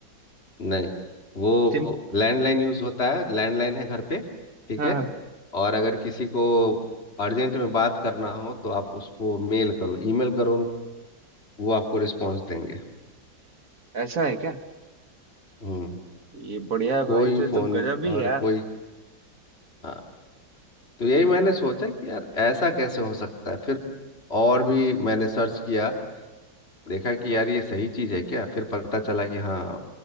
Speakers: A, on the left; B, on the right.
A: नहीं वो
B: सिम
A: लैंडलाइन यूज होता है लैंडलाइन है घर पे ठीक
B: हाँ
A: है
B: हाँ,
A: और अगर किसी को अर्जेंट में बात करना हो तो आप उसको मेल करो ईमेल करो उन- वो आपको रिस्पॉन्स देंगे
B: ऐसा है क्या
A: हम्म
B: ये बढ़िया है
A: कोई
B: भाई तो ये
A: फोन
B: तो गजब ही है
A: और
B: यार
A: कोई हाँ तो यही
B: हम्म
A: मैंने सोचा कि यार ऐसा कैसे हो सकता है फिर और भी मैंने सर्च किया देखा कि यार ये सही चीज है क्या फिर पता चला कि हाँ